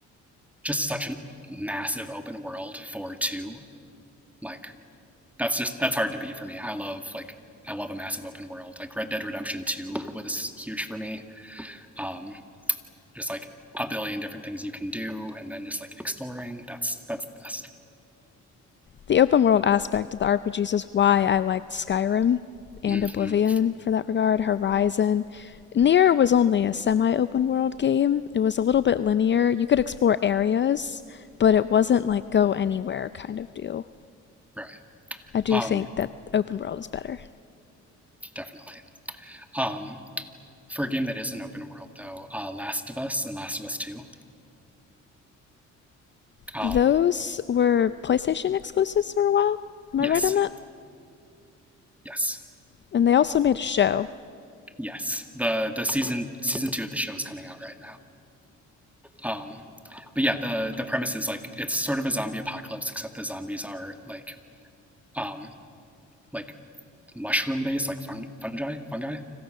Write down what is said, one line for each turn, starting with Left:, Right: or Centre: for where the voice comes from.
Centre: just such a massive open world for two. Like, that's just that's hard to beat for me. I love like I love a massive open world. Like Red Dead Redemption 2 was huge for me. Um, just like a billion different things you can do, and then just like exploring. That's that's the best.
Left: The open world aspect of the RPGs is why I liked Skyrim and
Centre: Mm-hmm.
Left: Oblivion for that regard, Horizon. Nier was only a semi open world game. It was a little bit linear. You could explore areas, but it wasn't like go anywhere kind of deal.
Centre: Right.
Left: I do
Centre: Um,
Left: think that open world is better.
Centre: definitely. Um, for a game that is an open world, though, uh, Last of Us and Last of Us Two.
Left: Those
Centre: Um,
Left: were PlayStation exclusives for a while. Am
Centre: yes,
Left: I right on that?
Centre: yes,
Left: And they also made a show.
Centre: yes. The the season season two of the show is coming out right now. Um, but yeah, the the premise is like it's sort of a zombie apocalypse, except the zombies are like um, like mushroom based, like fung- fungi, fungi.